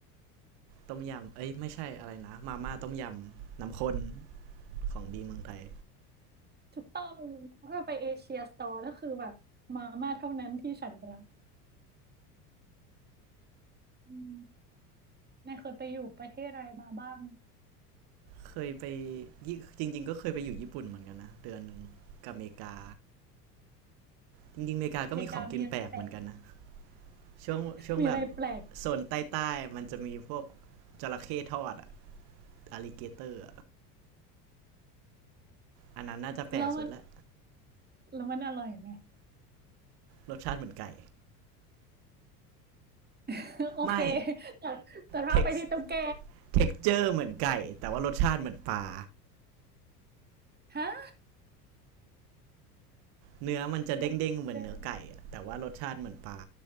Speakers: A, on the right (about 55°); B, on the right (about 20°).
A: ต้มยำเอ้ยไม่ใช่อะไรนะมาม่าต้มยำน้ำข้นของดีเมืองไทย
B: ถูกต้องเพื่อไปเอเชียสโตร์ก็คือแบบมาม่าเท่านั้นที่ฉันรักอืมนายเคยไปอยู่ประเทศอะไรมาบ้าง
A: เคยไปจริงๆก็เคยไปอยู่ญี่ปุ่นเหมือนกันนะเดือนหนึ่งกับอเมริกาจริงๆอเมริกาก็มีของกินแปลกเหมือนกันนะ
B: อเมริกามีอะไรแปลก
A: ช่วงช่วงแบบ
B: มีอะไรแปลก
A: โซนใต้ๆมันจะมีพวกจระเข้ทอดอะอลิเกเตอร์อันนั้นน่าจะแปลกสุดละ
B: แล้วมันแล้วมันอร่อยไหม
A: รสชาติเหมือนไก่
B: <laughs> โอเค
A: ไม่
B: แต่แต่ถ้าไปที่ตุ๊กแก
A: เท็กซ์เท็กเจอร์เหมือนไก่แต่ว่ารสชาติเหมือนปลา
B: ฮะ
A: เนื้อมันจะเด้งๆเหมือนเนื้อไก่แต่ว่ารสชาติเหมือนปลา
B: เทคเจอร์